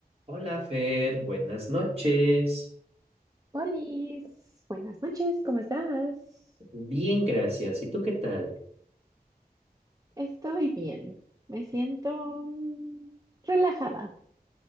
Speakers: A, on the right; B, on the right.
A: Hola Fer, buenas noches.
B: Olis, buenas noches, ¿cómo estás?
A: Bien, gracias. ¿Y tú qué tal?
B: Estoy bien. Me siento mm, relajada.